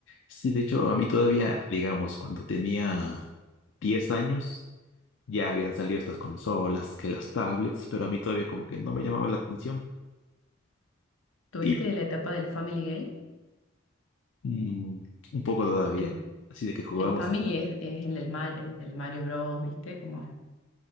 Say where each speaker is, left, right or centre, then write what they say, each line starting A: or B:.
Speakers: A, on the left (about 65°); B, on the left (about 85°).
A: sí, de hecho a mí todavía, digamos, cuando tenía 10 años, ya habían salido estas consolas, que las tablets, pero a mí todavía como que no me llamaba la atención.
B: ¿Tuviste
A: y
B: la etapa del Family Game?
A: Mm, un poco todavía.
B: El,
A: Así de que jugábamos.
B: el Family es, es el del, Mar- el del Mario Bros, ¿viste? Como